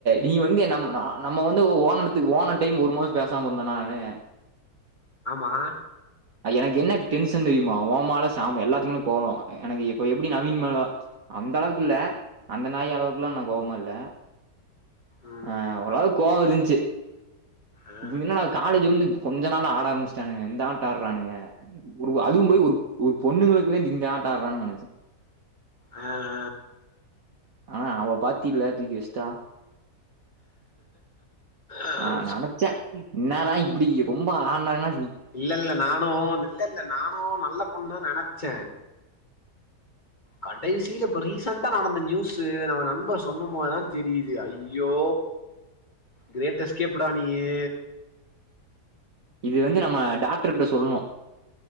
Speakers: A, on the right; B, on the left.
A: நீ வந்து நம் நம்ம வந்து ஓனக்கு ஓனர் டைம் ஒரு மாச பேசாம இருந்தனா நானு
B: ஆமா
A: எனக்கு என்ன டென்ஷன் தெரியுமா ஓமால சாம் எல்லாத்துக் மேல கோவோ எனக்கு இப்ப எப்டி நவீன் மேல அந்த அளவுக்கு இல்ல அந்த நாய் அளவுக்கெல்லா கோவமா இல்ல
B: ம்
A: ஆ ஓரளவு கோவ இருந்ச்சு
B: ஆ
A: இவுங்க என்னடா காலேஜ் வந்து கொஞ்ச நாள்ல ஆட ஆரம்பிச்சுட்டானுங்க இந்த ஆடோ ஆட்றானுங்க ஒரு அதுவு போய் ஒரு ஒரு பொண்ணுங்களுக்கு வேண்டி இந்த ஆட்ட ஆடுறாங்கன்னு நினச்சே
B: ஆ
A: ஆனா அவ பாத்தில்ல தூக்கி வச்டா
B: ஆ
A: நா
B: ஆ
A: நெனச்சே என்னடா இப்டி ரொம்ப ஆட்னாங்ன்னா
B: இல்ல இல்ல நானு இல்ல இல்ல நானு நல்ல பொண்ணு தான் நெனைச்ச கடைசில இப்ப ரீசண்டா நடந்த நியூஸு நம்ம நண்ப சொன்ன போதுதா தெரியுது ஐயோ கிரேட் எஸ்கேப்டா நீயு
A: இது வந்து நம்ம டாக்டர்ட்ட சொல்லணு